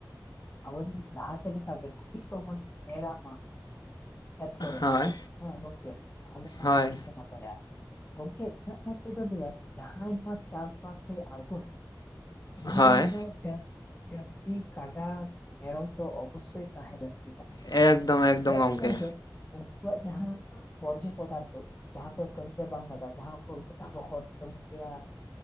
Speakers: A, on the left; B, on the left.
A: ᱟᱵᱚ ᱡᱩᱫᱤ ᱞᱟᱦᱟ ᱛᱮ ᱞᱮᱠᱟ ᱜᱮ <unintelligible> ᱠᱚᱵᱚᱱ ᱮᱲᱟᱜ ᱢᱟ ᱠᱷᱮᱛ ᱠᱚᱨᱮ,
B: ᱦᱳᱭ
A: ᱦᱮᱸ ᱜᱚᱝᱠᱮ ᱛᱟᱦᱚᱞᱮ ᱠᱷᱟᱱ
B: ᱦᱳᱭ
A: ᱟᱹᱰᱤ ᱜᱮ ᱱᱟᱯᱟᱭᱟ᱾ ᱜᱚᱢᱠᱮ ᱤᱧᱟᱹᱜ ᱢᱚᱫ ᱛᱮᱫᱚ ᱞᱟᱹᱭ ᱟ ᱡᱟᱦᱟᱸᱭ ᱱᱚᱣᱟ ᱪᱟᱥ-ᱵᱟᱥ ᱨᱮ ᱟᱬᱜᱚᱱ ᱩᱱᱤ
B: ᱦᱳᱭ
A: ᱨᱮᱱ ᱫᱚ ᱰᱟᱹ ᱼᱼ ᱰᱟᱺᱝᱨᱤ, ᱠᱟᱰᱟ, ᱢᱮᱨᱚᱢ ᱫᱚ ᱚᱵᱚᱥᱥᱳᱭ ᱛᱟᱦᱮᱸ ᱞᱟᱹᱠᱛᱤ ᱠᱟᱱᱟ᱾
B: ᱮᱠᱫᱚᱢ ᱮᱠᱫᱚᱢ
A: ᱪᱮᱫᱟᱜ
B: ᱜᱚᱢᱠᱮ
A: ᱥᱮ ᱜᱚᱝᱠᱮ ᱩᱱᱠᱩᱣᱟᱜ ᱡᱟᱦᱟᱸ ᱯᱚᱨᱡᱚ ᱯᱚᱫᱟᱨᱛᱚᱼᱼ ᱡᱟᱦᱟᱸ ᱫᱚ ᱠᱟᱹᱢᱤ ᱨᱮ ᱵᱟᱝ ᱞᱟᱜᱟᱜᱼᱟ, ᱡᱟᱦᱟᱸ ᱠᱚ ᱟᱵᱚ ᱦᱚᱲ ᱛᱮᱫ ᱵᱚᱱ ᱞᱟᱹᱭᱟᱼᱼ